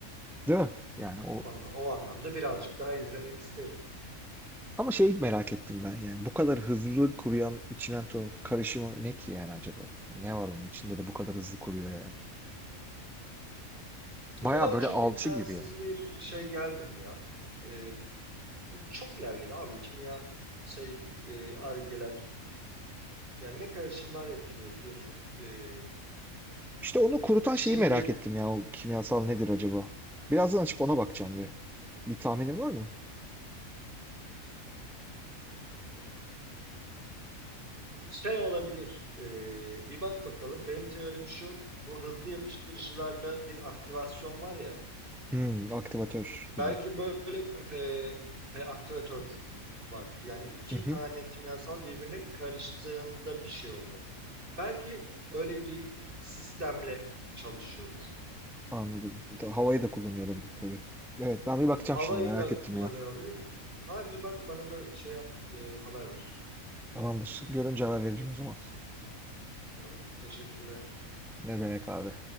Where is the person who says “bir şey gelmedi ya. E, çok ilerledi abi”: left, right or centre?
Right